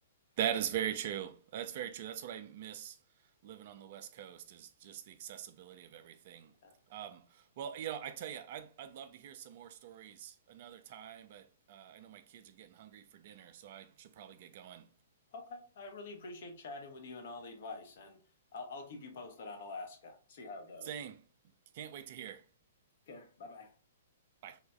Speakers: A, on the right; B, on the left.
A: That
B: So,
A: is very true. That's very true. That's what I miss living on the West Coast is just the accessibility of everything.
B: yeah.
A: Um, well, you know, I tell you, I'd, I'd love to hear some more stories another time, but uh, I know my kids are getting hungry for dinner, so I should probably get going.
B: okay, I really appreciate chatting with you and all the advice, and I'll, I'll keep you posted on Alaska. See how it goes.
A: Same. Can't wait to hear.
B: Take Care. Bye bye.
A: Bye.